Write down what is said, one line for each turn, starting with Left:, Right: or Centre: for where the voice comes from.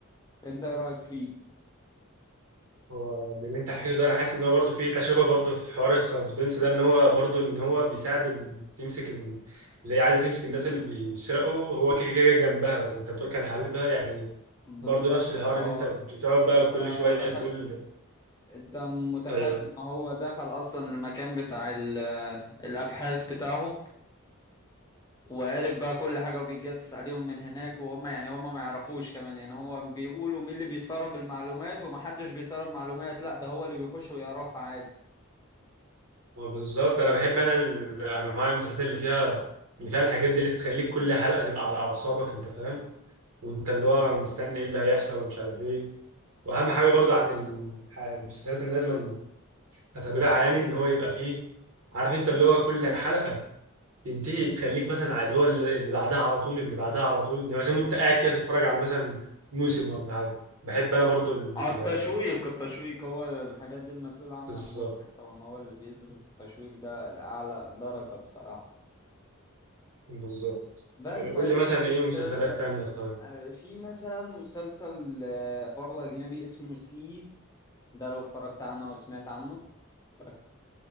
Left: انت ايه رأيك فيه
Right: هو من اللي انت حكيته ده انا حاسس ان هو برضه فيه تشابه برضه في حوار السسبنس ده ان هو برضه ان هو بيساعد ال- تمسك ال- اللي هي عايزه تمسك الناس اللي بيسرقوا هو كده كده جنبها وانت بتقول كان حبيبها يعني
Left: بالظبط
Right: برضه نفس الحوار
Left: هو
Right: ان انت بتقعد بقى
Left: انت
Right: كل
Left: متخيل
Right: شويه تقول
Left: انت متخيل
Right: ايوه
Left: ان هو دخل اصلا المكان بتاع ال... آه، الابحاث بتاعهم وقارب بقى كل حاجه وبيتجسس عليهم من هناك وهم يعني هم ما يعرفوش كمان يعني هو بيقولوا مين اللي بيسرب المعلومات ومحدش بيسرب معلومات لا ده هو اللي بيخش ويعرفها عادي
Right: ما بالظبط انا بحب انا ال- انواع المسلسلات اللي فيها اللي فيها الحاجات دي اللي تخليك كل حلقه تبقى على اعصابك انت فاهم وانت اللي هو مستني ايه اللي هيحصل ومش عارف ايه واهم حاجه برضو عن ال- المسلسلات اللي لازم اتابعها يعني ان هو يبقى فيه عارف انت اللي هو كل حلقه تنتهي تخليك مثلا على اللي هو اللي بعدها على طول اللي بعدها على طول يعني مثلا انت قاعد كده تتفرج على مثلا موسم ولا حاجه بحب انا برضو ال-
Left: اه التشويق
Right: ال-
Left: التشويق هو الحاجات دي المسؤول عنها
Right: بالظبط
Left: المخرج طبعا هو اللي بيظبط التشويق ده لأعلى درجة بصراحة
Right: بالظبط
Left: بس
Right: إيه،
Left: فهي
Right: قول لي
Left: دي
Right: مثلا
Left: من المسلسلات
Right: ايه مسلسلات تانية طيب
Left: آه، في مثلا مسلسل آه، برضه أجنبي اسمه سي ده لو اتفرجت عنه أو سمعت عنه اتفرجت عليه.